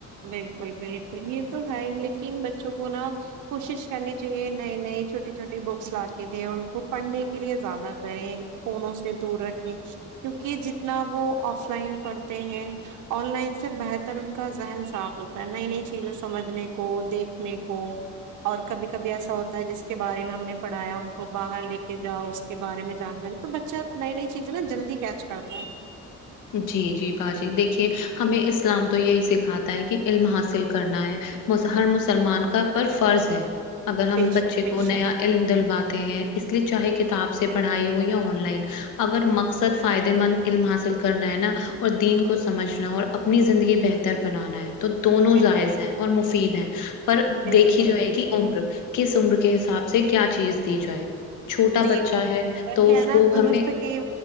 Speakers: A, on the right (about 80°); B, on the left (about 80°).
A: بالکل بالکل یہ تو ہے ہی لیکن بچوں کو نا کوشش کرنی چاہیے نئی نئی چھوٹی چھوٹی بکس لا کے دیں ان کو پڑھنے کے لیے زیادہ کریں فونوں سے دور رکھیں کیونکہ جتنا وہ آف لائن پڑھتے ہیں آن لائن سے بہتر ان کا ذہن صاف ہوتا ہے نئی نئی چیزیں سمجھنے کو دیکھنے کو اور کبھی کبھی ایسا ہوتا ہے جس کے بارے میں ہم نے پڑھایا ان کو باہر لے کے جاؤ اس کے بارے میں جان تو بچہ نئی نئی چیزیں نا جلدی کیچ کرتا ہے
B: جی جی باجی دیکھیے ہمیں اسلام تو یہی سکھاتا ہے کہ علم حاصل کرنا ہے ہر مسلمان کا پر فرض ہے اگر ہم
A: بے
B: بچے
A: شک
B: کو
A: بے
B: نیا
A: شک
B: علم دلواتے ہیں اس لیے چاہے کتاب سے پڑھائی ہو یا آن لائن اگر مقصد فائدے مند علم حاصل کرنا ہے نا اور دین کو سمجھنا اور اپنی زندگی بہتر بنانا ہے تو دونوں
A: بال
B: جائز ہیں اور مفید ہیں پر
A: بالکل
B: دیکھی جائے
A: بالکل
B: گی عمر کس عمر کے حساب سے کیا چیز دی جائے چھوٹا
A: جی
B: بچہ
A: جی
B: ہے
A: وہی
B: تو اس
A: ہے نا
B: کو
A: درست
B: ہمیں
A: کہ